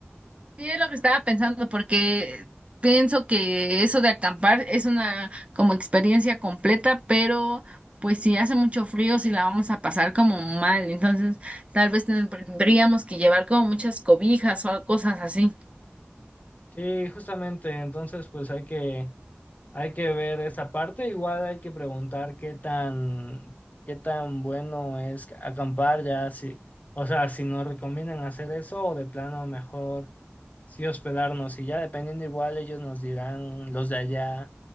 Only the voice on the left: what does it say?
Sí, justamente, entonces pues hay que, hay que ver esa parte. Igual hay que preguntar qué tan, qué tan bueno es acampar ya, si, o sea, si nos recomiendan hacer eso o de plano mejor. sí hospedarnos y ya dependiendo igual ellos nos dirán los de allá